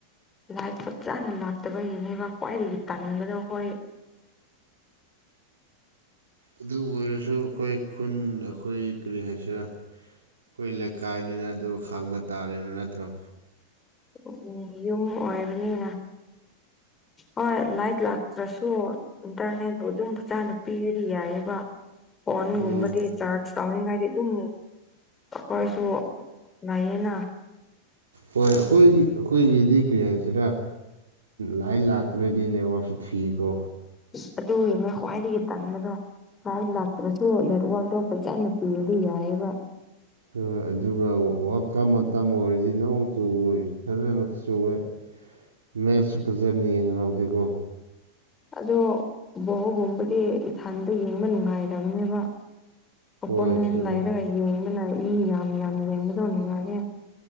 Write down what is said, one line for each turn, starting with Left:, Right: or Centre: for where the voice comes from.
Left: ꯂꯥꯏ ꯐꯆꯥꯅꯥ ꯂꯥꯠꯇꯕꯒꯤꯅꯦꯕꯥ ꯈꯋꯥꯏꯗꯒꯤ ꯇꯟꯕꯗꯨ ꯑꯈꯣꯏ
Right: ꯑꯗꯨ ꯑꯣꯏꯔꯁꯨ ꯑꯈꯣꯏ ꯈꯨꯟ ꯑꯈꯣꯏ ꯀꯔꯤ ꯍꯥꯏꯁꯤꯔꯥ ꯑꯩꯈꯣꯏ ꯂꯩꯀꯥꯏꯅꯤꯅ ꯑꯗꯨ ꯈꯥꯡꯕ ꯇꯥꯔꯦ ꯅꯠꯇ꯭ꯔꯣ
Left: ꯎ ꯎꯝ ꯌꯨꯝ ꯑꯣꯏꯕꯅꯤꯅ ꯍꯣꯏ ꯂꯥꯏꯛ ꯂꯥꯛꯇ꯭ꯔꯁꯨ ꯏꯟꯇꯔꯅꯦꯠꯄꯨ ꯑꯗꯨꯝ ꯐꯖꯅ ꯄꯤꯔꯗꯤ ꯌꯥꯏꯌꯦꯕ ꯐꯣꯟꯒꯨꯝꯕꯗꯤ
Right: ꯎꯝ
Left: ꯆꯥꯔꯖ ꯇꯧꯅꯤꯡꯉꯥꯏꯗꯤ ꯑꯗꯨꯝ ꯑꯩꯈꯣꯏꯁꯨ ꯂꯩꯥꯌꯦꯅ
Right: ꯍꯣꯏ ꯑꯩꯈꯣꯏꯒꯤ ꯑꯩꯈꯣꯏꯒꯤꯗꯤ ꯀꯔꯤ ꯍꯥꯏꯁꯤꯔꯥ ꯂꯥꯏꯟ ꯂꯥꯛꯇ꯭ꯔꯗꯤ ꯅꯦꯠꯋꯥꯛꯁꯨ ꯊꯤꯀꯣ
Left: ꯏꯁ ꯑꯗꯨꯒꯤꯅꯦ ꯈ꯭ꯋꯥꯏꯗꯒꯤ ꯇꯟꯕꯗꯣ ꯂꯥꯏꯟ ꯂꯥꯛꯇ꯭ꯔꯁꯨ ꯅꯦꯠꯋꯥꯛꯇꯣ ꯐꯖꯅ ꯄꯤꯔꯗꯤ ꯌꯥꯏꯌꯦꯕ
Right: ꯍꯥ ꯑꯗꯨꯒ ꯋꯥꯜꯀꯞ ꯃꯇꯝ ꯑꯣꯏꯔꯗꯤ ꯅꯣꯡ ꯆꯨꯏ ꯐꯖꯅ ꯆꯨꯋꯦ ꯃꯦꯠꯁꯨ ꯐꯖꯅ ꯌꯦꯡꯉꯍꯧꯗꯦꯀꯣ
Left: ꯑꯗꯣ ꯕꯣꯜꯒꯨꯝꯕꯗꯤ ꯏꯊꯥꯟꯇ ꯌꯦꯡꯕ ꯅꯨꯡꯉꯥꯏꯇꯕꯅꯦꯕ ꯑꯣꯄꯣꯅꯦꯟ
Right: ꯍꯣꯏ ꯆꯨꯝꯃꯦ
Left: ꯂꯩꯔꯒ ꯌꯦꯡꯕꯅ ꯃꯤ ꯌꯥꯝ ꯌꯥꯝ ꯌꯦꯡꯕꯗꯣ ꯅꯨꯡꯉꯥꯏꯌꯦ